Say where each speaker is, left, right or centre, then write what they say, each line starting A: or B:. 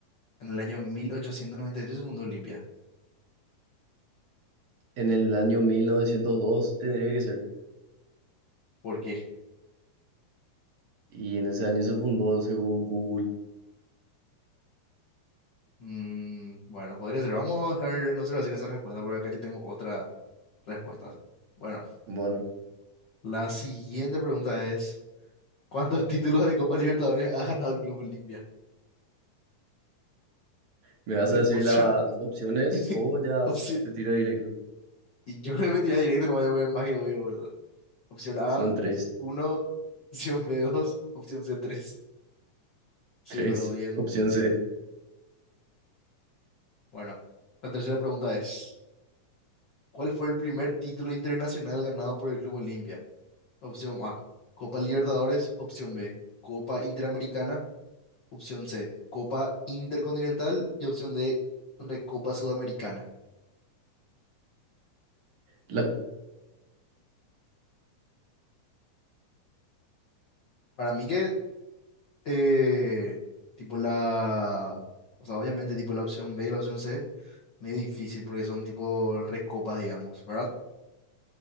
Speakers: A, on the left; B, on the right.
A: En el año 1898 se fundó Olimpia.
B: En el año 1902 tendría que ser.
A: ¿Por qué?
B: Y en ese año se fundó según Google.
A: Mm, bueno, podría ser. Vamos a dejar, no se lo hacen esa respuesta porque acá yo tengo otra respuesta. Bueno,
B: Bueno,
A: la siguiente pregunta es, ¿Cuántos títulos de Copa Libertadores ha ganado el Club Olimpia?
B: ¿me vas a decir
A: Opción.
B: las opciones
A: <laughs>
B: o ya
A: opción-
B: te tiro directo?
A: Y yo creo que me tiré directo, no vaya a ver más que obvio, boludo. Opción A,
B: Son tres.
A: uno Opción B, dos Opción C, tres Sí,
B: Tres.
A: bro, bien.
B: Opción C.
A: Bueno, la tercera pregunta es: ¿Cuál fue el primer título internacional ganado por el Club Olimpia? Opción A, Copa Libertadores. Opción B, Copa Interamericana. Opción C, Copa Intercontinental. Y opción D, Recopa Sudamericana.
B: La,
A: Para mí que Eh, tipo la, o sea, obviamente tipo la opción B y la opción C, medio difícil porque son tipo recopas, digamos, ¿verdad?